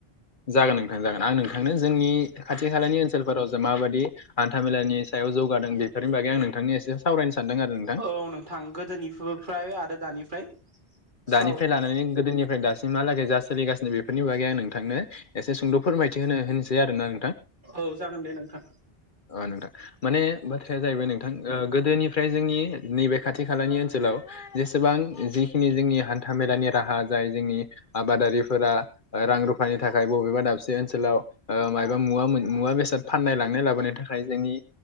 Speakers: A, on the left; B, on the right.
A: जागोन नोंथां जागोन आं नोंथांनो जोंनि खाथि खालानि ओनसोलफोराव माबादि हान्था मेलानि सायाव जौगादों बेफोरनि बागै आं नोंथांनि एसे सावरायनो सानदों आरो नोंथां
B: औ नोंथां गोदोनिफोफ्राय आरो दानिफ्राय
A: दानिफ्राय
B: साव
A: लानानै गोदोनिफ्राय दासिम मालागै जास सोलिगासिनो बेफोरनि बागै आं नोंथांनो एसे सुंद' फोरमायथि होनो होनोसै आरो नों।
B: औ जागोन दे नोंथां।
A: अ नोंथां माने बाथ्राया जाहैबाय नोंथां ओ गोदोनिफ्राय जोंनि नैबे खाथि खालानि ओनसोलाव जेसेबां जि खिनि जोंनि हान्था मेलानि राहा जाय जोंनि आबादारिफोरा रां रुफानि थाखाय बबेबा दाबसे ओनसोलाव ओ मायबा मुवा मोन मुवा बेसाद फाननाय लांनाय लाबोनो थाखाय जोंनि